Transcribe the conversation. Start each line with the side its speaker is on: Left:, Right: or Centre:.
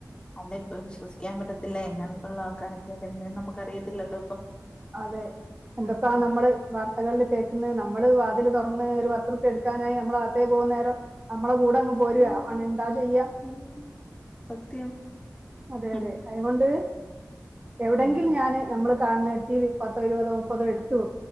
Left: അല്ല ഇപ്പ വിശ്വസിക്കാൻ പറ്റത്തില്ല എങ്ങനത്തോള്ള ആൾക്കാരൊക്കെ വരുന്നെന്ന് നമുക്ക് അറിയത്തില്ലല്ലോ ഇപ്പം
Right: അതെ എന്തൊക്കാ നമ്മള് വാർത്തകളില് കേക്ക്ന്ന് നമ്മള് വാതില് തുറന്ന് ഒരു പതുറുപ്യ എടുക്കാനായി നമ്മള് അകത്തേക്ക് പോകുന്നേരം നമ്മളെ കൂടങ് പോരുവ
Left: പിന്നെ
Right: ഓന് എന്താ ചെയ്യാ
Left: പിന്നെ സത്യം
Right: അതെ
Left: ഉം
Right: അതെ അയ്കൊണ്ട് എവിടെങ്കിൽ
Left: ഉം
Right: ഞാന് നമ്മള് കാണുന്നത്തീല് പത്തോ ഇരുപതോ മുപ്പതോ എടുത്ത് വെ